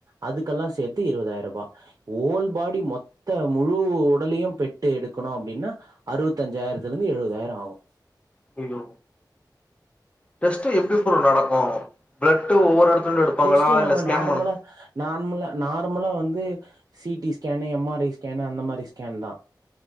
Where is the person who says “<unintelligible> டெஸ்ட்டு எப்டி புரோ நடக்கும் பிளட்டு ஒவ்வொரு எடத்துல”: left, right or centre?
Left